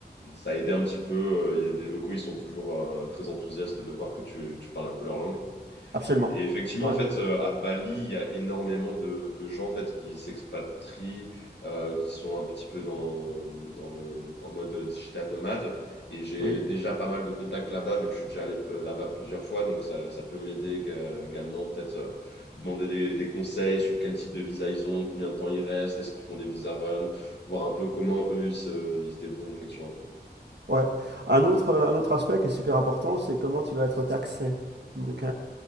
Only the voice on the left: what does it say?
ça a aidé un petit peu. Euh, Les locaux, ils sont toujours euh, très enthousiastes de voir que tu, tu parles un peu leur langue.
Et effectivement,
en fait, euh, à Bali, il y a énormément de, de gens en fait, qui s'expatrient, euh, qui sont un petit peu dans, dans le- en mode digital nomade. Et j'ai
déjà pas mal de contacts là-bas, vu que je suis déjà allé euh, là-bas plusieurs fois. Donc, ça, ça peut m'aider ég- également, peut-être euh, demander des, des conseils sur quel type de visa ils ont, combien de temps ils restent, est-ce qu'ils font des visa run, voir un peu comment eux, ils se, ils se débrouillent, effectivement.